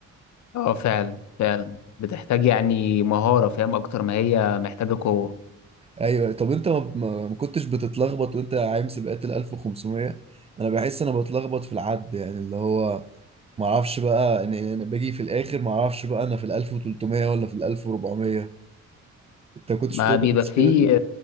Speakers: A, on the left (about 65°); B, on the right (about 20°).
A: اه فعلا فعلا بتحتاج يعني مهارة فاهم أكتر ما هي محتاجة قوة
B: ايوه طب انت ما ما- ما كنتش بتتلخبط وانت عايم سباقات ال 1500 انا بحس انا بتلخبط في العد يعني اللي هو ما اعرفش بقى ان إن انا باجي في الاخر ما اعرفش بقى انا في ال 1300 ولا في ال 1400 انت كنتش
A: ما
B: بتقول
A: بيبقى
B: المشكله
A: فيه
B: دي